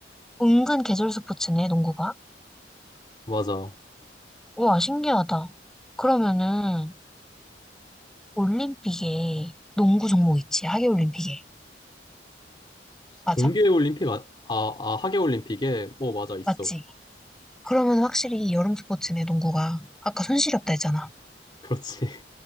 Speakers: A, in the centre; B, on the left.
A: 은근 계절 스포츠네, 농구가.
B: 맞아.
A: 우와, 신기하다. 그러면은, 올림픽에 농구 종목 있지, 하계올림픽에. 맞아?
B: 동계 올림픽 아, 아, 아 하계 올림픽에 뭐 맞아 있어.
A: 맞지? 그러면 확실히 여름 스포츠네, 농구가. 아까 손 시렵다 했잖아.
B: 그렇지. <laughs>